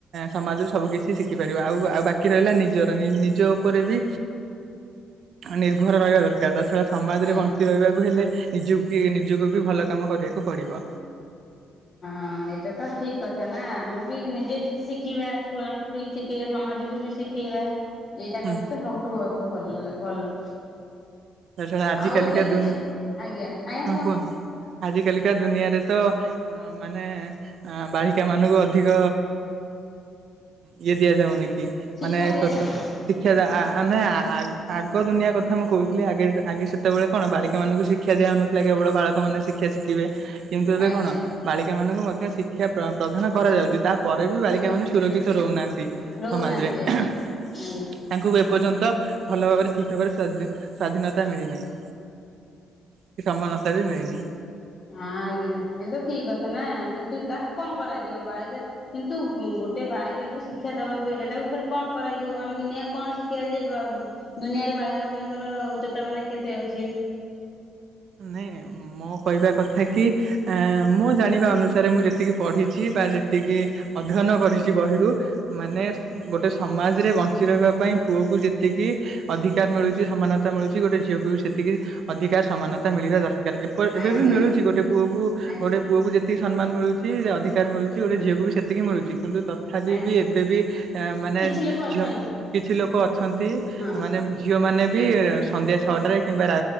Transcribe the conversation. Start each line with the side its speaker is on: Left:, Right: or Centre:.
Right: ସମାଜରୁ ସବୁକିଛି ଶିଖିପାରିବ, ଆଉ ଆଉ ବାକି ରହିଲା ନିଜର ନିଜ ଉପରେ ବି ନିର୍ଭର ରହିବା ଦରକାର ତା ଛଡ଼ା ସମାଜରେ
Left: ଆଜ୍ଞା।
Right: ବଞ୍ଚି ରହିବାକୁ ହେଲେ ନିଜକୁ ନିଜକୁ ବି ଭଲ କାମ କରିବା କୁ ପଡିବ
Left: ହଁ ଏଇଟା ତ ଠିକ କଥା ନା ଆମେ ବି ନିଜେ କିଛି ଶିଖିବା ଛୁଆଙ୍କୁ ବି ଶିଖେଇବା ସମାଜକୁ ବି ଶିଖେଇବା ଏଇଟା
Right: ହୁଁ
Left: କଲେ ତ ସବୁଠୁ ବହୁତ ଭଲ ଭଲ
Right: ତାଛଡା ଆଜି
Left: ଆଉ
Right: କାଲିକା
Left: ଏବେ
Right: ଦୁନ
Left: ଆଜ୍ଞା ଆଜ୍ଞା
Right: ହଁ କୁହନ୍ତୁ ଆଜି କାଲିକା ଦୁନିଆରେ ତ ଅ ମାନେ ଅ ବାଳିକା ମାନଙ୍କୁ ଅଧିକ ଇଏ ଦିଆଯାଉନି କି ତି
Left: ଶିକ୍ଷା
Right: ମାନେ
Left: ଦିଆଯାଉନି
Right: ସତ ଶିକ୍ଷା ଯହା ଆ ନାଇଁ ଆ ଆଗ ଆଗ ଦୁନିଆ କଥା ମୁଁ କହୁଛି ଥିଲେ ଆଗେ ଆଗେ ସେତେବେଳେ କଣ ବାଳିକା ମାନଙ୍କୁ ଶିକ୍ଷା ଦିଆଉନଥିଲା କେବଳ ବାଳକ ମାନେ ଶିକ୍ଷା ଶିଖିବେ କିନ୍ତୁ ଏବେ
Left: ଆଜ୍ଞା
Right: କଣ ବାଳିକା ମାନଙ୍କୁ ମ ଶିକ୍ଷା ପ୍ର ପ୍ରଧାନ କରାଯାଉଚି ତାପରେ ବି ବାଳିକା
Left: ଆଜ୍ଞା
Right: ମାନେ ସୁରକ୍ଷିତ ରହୁନାହାନ୍ତି
Left: ରହୁନାହାନ୍ତି
Right: ସମାଜରେ
Left: ଆଜ୍ଞା
Right: ଏହେଁ
Left: ଆଜ୍ଞା
Right: ତାଙ୍କୁ ଏପର୍ଯ୍ୟନ୍ତ ଭଲ ଭାବରେ ଠିକ ଭାବରେ ସ ସ୍ଵାଧୀନତା ମିଳିନାହିଁ କି ସମାନତା ବି ମିଳିନି।
Left: ହଁ ଆଜ୍ଞା ଏ ତ ଠିକ କଥା ନା କିନ୍ତୁ ତାକୁ କଣ କରାଯିବ ବାଳିକା କିନ୍ତୁ ଗୋଟେ ବାଳିକାକୁ ଶିକ୍ଷା ଦବାକୁ ହେଲେ ତାକୁ ଫେର କଣ କରାଯିବ ଆମେ ଦୁନିଆକୁ କଣ ଶିଖିବା ଯେ ଦୁନିଆରେ ବାଳିକା ମାନଙ୍କର ଉଚ୍ଚତା ମାନେ କେତେ ଅଛି?
Right: ନାଇଁ ମୋ କହିବା କଥା କି ଏଁ ମୋ ଜାଣିବା ଅନୁସାରେ ମୁଁ ଯେତିକି ପଢ଼ିଛି ବା ଯେତିକି ଅଧ୍ୟୟନ କରିଛି ବହିରୁ ମାନେ ଗୋଟେ ସମାଜରେ ବଞ୍ଚି ରହିବା ପାଇଁ ପୁଅକୁ ଯେତିକି ଅଧିକାର ମିଳୁଛି ସମାନତା ମିଳୁଛି ଗୋଟେ ଝିଅକୁ ବି ସେତିକି ଅଧିକାର ସମାନ ତା ମିଳିିବା ଦର କାର ଏବେ
Left: ଆଜ୍ଞା
Right: ବି ମିଳୁଛି ଗୋଟେ ପୁଅକୁ
Left: ଆଜ୍ଞା
Right: ଗୋଟେ ପୁଅକୁ ଯେ ଯେତିକି ସମ୍ମାନ ମିଳୁଛି ଅଧିକାର ମିଳୁଛି ଗୋଟେ ଝିଅକୁ ବି ସେତିକି ମିଳୁଛି। କିନ୍ତୁ ତଥାପି
Left: ଆଜ୍ଞା।
Right: ବି ଏବେ ବି ଅ ମାନେ
Left: କିଛି ଲୋକ ଅଛନ୍ତି।
Right: ଝିଅ କିଛି ଲୋକ ଅଛନ୍ତି
Left: ହଁ
Right: ମାନେ ଝିଅମାନେ ବି ସଂନ୍ଧ୍ୟା ଛଅଟାରେ କିମ୍ବା ରା